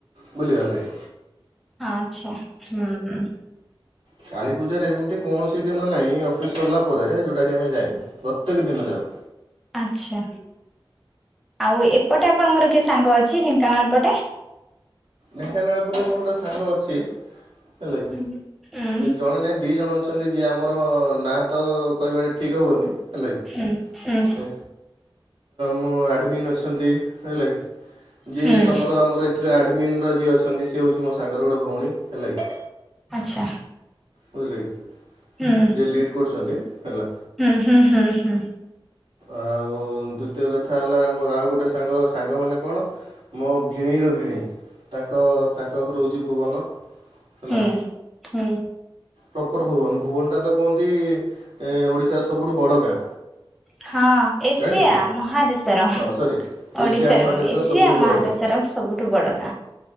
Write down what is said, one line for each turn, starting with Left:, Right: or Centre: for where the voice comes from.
Right: ବୁଲିବା ପାଇଁ।
Centre: ଆଛା ହୁଁ ହୁଁ।
Right: କାଳୀପୂଜାରେ ଏମିତି କୌଣସି ଦିନ ନାହିଁ ଅଫିସ୍ ସରିଲା ପରେ, ଯେଉଁଟାକି ଆମେ ଯାଇନୁ ପ୍ରତ୍ୟେକ ଦିନ ଯାଉ।
Centre: ଆଛା, ଆଉ ଏପଟେ ଆପଣଙ୍କର କିଏ ସାଙ୍ଗ ଅଛି, ଢେଙ୍କାନାଳ ପଟେ?
Right: ଢେଙ୍କାନାଳ ପଟେ ମୋର ଗୋଟେ ସାଙ୍ଗ ଅଛି। ହେଲା କି,
Centre: ହୁଁ ହୁଁ
Right: ଜଣେ ନାଇଁ ଦି ଜଣ ଅଛି। ଅଛନ୍ତି, ଯିଏ ଆମର, ନା ତ କହିବାଟ ଠିକ୍ ହବନି ହେଲା କିି।
Centre: ହୁଁ, ହୁଁ।
Right: ଏ, ମୁଁ ଆଡମିନ୍ ଅଛନ୍ତି, ହେଲା କି! ଯିଏ
Centre: ହୁଁ
Right: ତମର ଆମର ଏଥିରେ ଆଡମିିନ୍ ର ଯିଏ ଅଛନ୍ତି, ସେ ହଉଛି ମୋ ସାଙ୍ଗର ଗୋଟେ ଭଉଣୀ, ହେଲା କି!
Centre: ଆଚ୍ଛା।
Right: ବୁଝିଲେ କି
Centre: ହୁଁ।
Right: ଯିଏ ଲିଟ୍ କରୁଛନ୍ତି ହେଲା।
Centre: ହୁଁ ହୁଁ ହୁଁ ହୁଁ
Right: ଆଉ ଦ୍ଵିତୀୟ କଥା ହେଲା, ମୋର ଆଉ ଗୋଟେ ସାଙ୍ଗ, ସାଙ୍ଗମାନେ କଣ? ମୋ ଭିଣେଇର ଭିଣେଇ। ତାଙ୍କ ତାଙ୍କ ଘରୁ ହଉଛି ଭୁବନ। ହେଲା
Centre: ଉଁ, ହୁଁ।
Right: ପ୍ରପର୍ ଭୁବନ, ଭୁବନଟା ତ କୁହନ୍ତି। ଓଡ଼ିଶାର ସବୁଠୁ ବଡ଼ ଗାଁ।
Centre: ହଁ, ଏସିଆ
Right: ଜାଣିଛନ୍ତି
Centre: ମହାଦେଶର।
Right: ହଁ ସରି
Centre: ଓଡିଶାରେ
Right: ଏସିଆ ମହାଦେଶର
Centre: ନୁହେଁ। ଏସିଆ
Right: ସବୁଠୁ
Centre: ମହାଦେଶର
Right: ବଡ଼ ଗାଁ
Centre: ସବୁଠୁ ବଡ ଗାଁ।